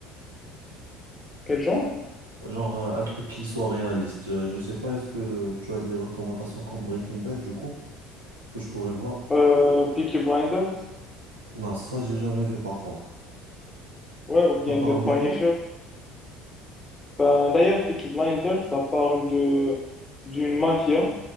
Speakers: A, on the left; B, on the right.
A: Quel genre?
B: Genre euh, un truc qui soit réaliste. Euh, je sais pas, est-ce que tu as des recommandations comme Breaking Bad, du coup, que je pourrais voir?
A: Euh, Peaky Blinders?
B: Non, ça, j'ai jamais vu par contre.
A: Ouais, ou bien
B: Ça parle
A: The
B: de
A: Punisher?
B: quoi?
A: Ben, d'ailleurs, Peaky Blinders, ça parle de d'une mafia,